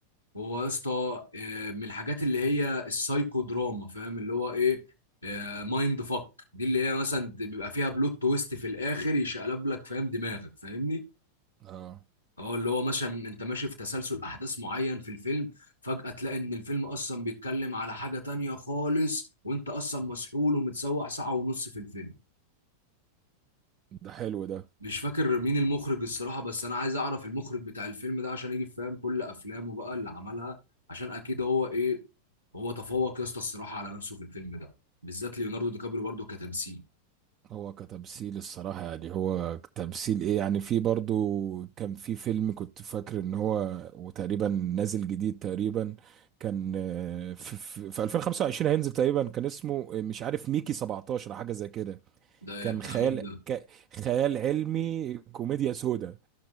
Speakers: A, on the left; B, on the right.
A: هو يا اسطى آه، من الحاجات اللي هي السايكو دراما فاهم اللي هو ايه آه، مايند فك دي اللي هي مثلا بيبقى فيها بلوت تويست في الاخر يشقلب لك فاهم دماغك فاهمني
B: اه
A: اه اللي هو مثلا انت ماشي في تسلسل احداث معين في الفيلم فجأة تلاقي ان الفيلم اصلا بيتكلم على حاجة تانية خالص وانت اصلا مسحول ومتسوح ساعة ونص في الفيلم
B: ده حلو ده
A: مش فاكر مين المخرج الصراحة بس انا عايز اعرف المخرج بتاع الفيلم ده عشان يجي فاهم كل افلامه بقى اللي عملها عشان اكيد هو ايه هو تفوق يا اسطى الصراحه على نفسه في الفيلم ده بالذات ليوناردو دي كابريو برضه كتمثيل
B: هو كتمثيل الصراحة يعني هو تمثيل ايه يعني في برضو كان في فيلم كنت فاكر ان هو وتقريبا نازل جديد تقريبا كان آه، في, في, في 2025 هينزل تقريبا كان اسمه آه، مش عارف ميكي 17 أو حاجة زي كده
A: ده
B: كان
A: بتاع
B: خيال
A: مين ده
B: ك خيال علمي كوميديا سودا